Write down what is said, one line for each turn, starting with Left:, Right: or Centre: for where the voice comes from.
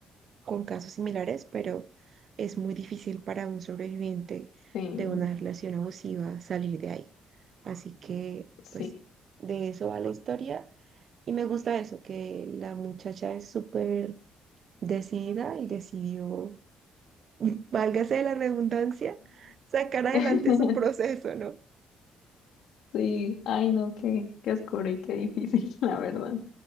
Right: con casos similares, pero es muy difícil para un sobreviviente
Left: Sí,
Right: de una relación abusiva salir de ahí. Así que,
Left: sí.
Right: pues, de eso va la historia. Y me gusta eso, que la muchacha es súper decidida y decidió, <laughs> válgase de la redundancia, sacar adelante
Left: <laughs>
Right: su proceso, ¿no?
Left: Sí, ay no, qué, qué oscuro y qué difícil, <laughs> la verdad.